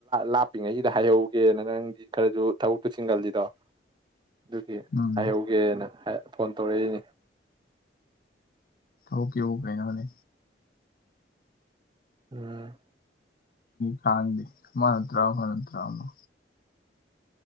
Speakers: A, on the right; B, on the left.
A: ꯂꯥꯛꯞꯄꯤꯉꯩꯁꯤꯗ ꯍꯥꯏꯍꯧꯒꯦꯅ ꯅꯪꯒꯤ ꯈꯔꯁꯨ ꯊꯕꯛꯇꯨ ꯆꯤꯡꯒꯜꯂꯤꯗꯣ ꯑꯗꯨꯒꯤ
B: ꯎꯝ
A: ꯍꯥꯏꯍꯧꯒꯦꯅ ꯐꯣꯟ ꯇꯧꯔꯛꯏꯅꯦ
B: ꯍꯧ ꯀꯧ ꯄꯦꯅ ꯍꯅꯦ
A: ꯎꯝ
B: ꯈꯥꯡꯗꯦ ꯃꯥ ꯅꯠꯇ꯭ꯔꯥ ꯃꯥ ꯅꯠꯇ꯭ꯔꯥ ꯑꯃ